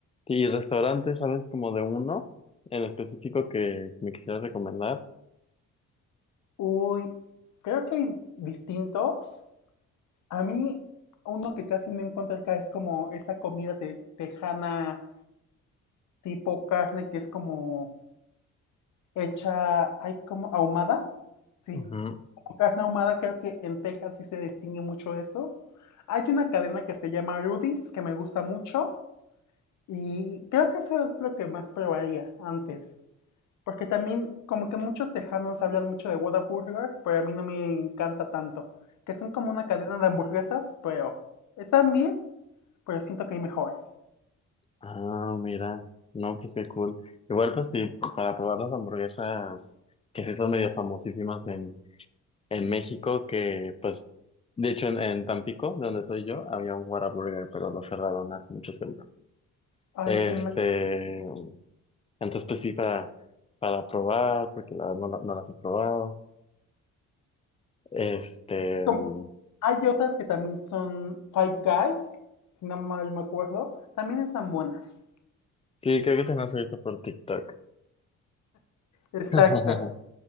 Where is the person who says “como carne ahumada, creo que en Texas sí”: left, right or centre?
Left